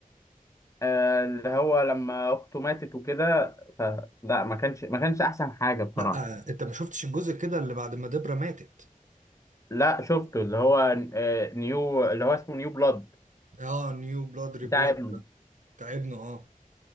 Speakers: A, on the left; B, on the right.
A: آه، اللي هو لما اخته ماتت وكده ف- لا ما كانش ما كانش احسن حاجه بصراحه
B: لا آه، انت ما شفتش الجزء كده اللي بعد ما دبرة ماتت
A: لا شفته اللي هو آه، نيو اللي هو اسمه نيو بلاد
B: اه نيو بلاد ريبورن
A: بتاع ابنه
B: ده تعبنا اه